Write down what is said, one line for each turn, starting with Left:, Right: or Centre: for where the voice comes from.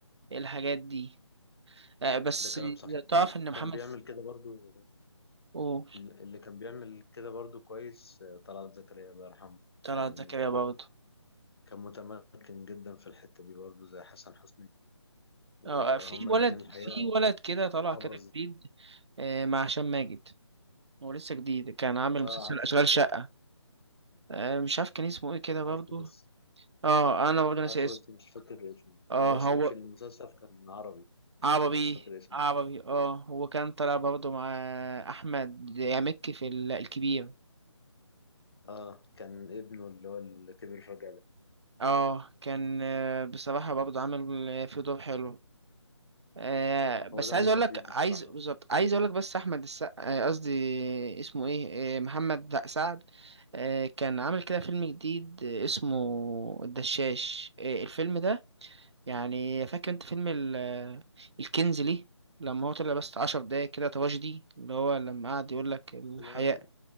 Right: الحاجات دي آه بس
Left: ده كلام صحيح
Right: تعرف
Left: اللي
Right: إن محمد
Left: كان بيعمل كده برضو
Right: أوه
Left: اللي كان بيعمل كده برضو كويس آه، طلعت زكريا الله يرحمه
Right: طلعت
Left: كان
Right: زكريا
Left: آه،
Right: برضه
Left: كان متمكن جدا في الحتة دي برضو زي حسن حسني وهما
Right: اه في ولد
Left: الاتنين الحقيقة
Right: في ولد كده طلع
Left: أبرز
Right: كده جديد آه، مع هشام ماجد هو لسه جديد كان عامل
Left: اه
Right: مسلسل
Left: عارفه
Right: أشغال شقة آه، مش عارف كان اسمه ايه كده برضو
Left: عارفه بس
Right: اه انا برضو ناسي
Left: عارفه
Right: اسمه
Left: بس مش فاكر اسمه
Right: اه
Left: هو اسمه
Right: هو
Left: في المسلسل كان عربي لكن
Right: عربي
Left: أنا مش فاكر اسمه
Right: عربي اه هو كان طلع برضو مع احمد يامكي في ال- الكبير
Left: اه كان ابنه اللي هو اللي كبر فجأة ده
Right: اه كان آه، بصراحة برضو عامل آه، فيه دور حلو آه بس
Left: هو دمه
Right: عايز اقول
Left: خفيف
Right: لك
Left: بصراحة
Right: عايز بالظبط عايز اقول لك بس احمد السقا آه، قصدي اسمه ايه آه محمد لأ، سعد آه كان عامل كده فيلم جديد آه، اسمه الدشاش آه الفيلم ده يعني فاكر انت فيلم ال- آه، الكنز ليه لما هو طلع بس عشر دقايق كده تراجيدي اللي هو لما قعد يقول لك الحياة
Left: انا